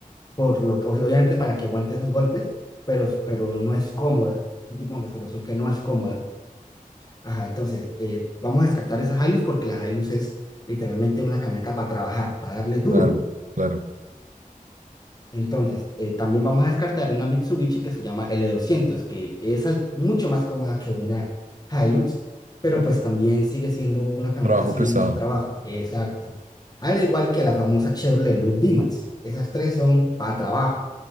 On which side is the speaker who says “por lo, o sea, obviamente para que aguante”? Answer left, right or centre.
Left